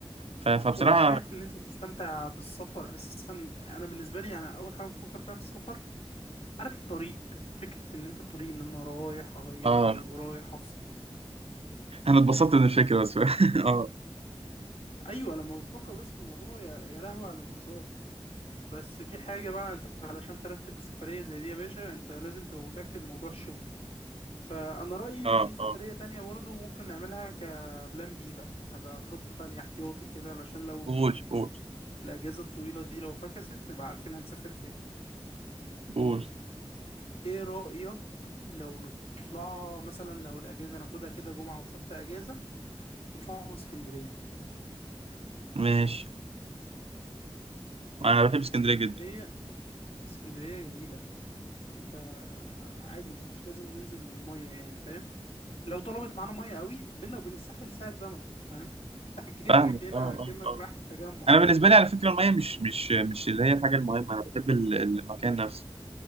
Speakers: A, on the right; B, on the left.
A: ف- فبصراحة
B: هو كفايه ان انت تستمتع بالسفر اساسا انا بالنسبه لي يعني اول حاجه بفكر فيها في السفر عارف الطريق فكره ان انت الطريق ان انا رايح اغير
A: اه
B: جو رايح افصل
A: انا اتبسطت من الفكره بس <laughs> اه
B: ايوه لما بتفكر بس في الموضوع يا يا لهوي على الانبساط بس في حاجه بقى انت علشان ترتب لسفريه زي دي يا باشا انت لازم تبقى متاكد من موضوع الشغل فانا رايي
A: اه
B: في سفريه
A: اه
B: تانية برضو ممكن نعملها كبلان بي بقى نبقى خطه تانية احتياطي كده علشان لو
A: قول قول
B: الاجازه الطويله دي لو فكست نبقى عارفين هنسافر فين
A: قول
B: ايه رأيك لو نطلعها مثلا لو الأجازة ناخدها كده جمعة وسبت أجازة نطلعوا اسكندرية
A: ماشي
B: يعني
A: انا بحب اسكندريه
B: اسكندرية
A: جدا
B: اسكندرية جميلة انت عادي مش لازم ننزل المية يعني فاهم لو طلبت معانا مية قوي بينا وبين الساحل ساعة زمن فاهم <laughs> اكنك
A: فاهمك
B: هنا
A: اه
B: اكنك
A: اه اه
B: رايح التجمع
A: انا بالنسبه لي على فكره الميه مش مش مش اللي هي الحاجه المهمه انا بحب ال- المكان نفسه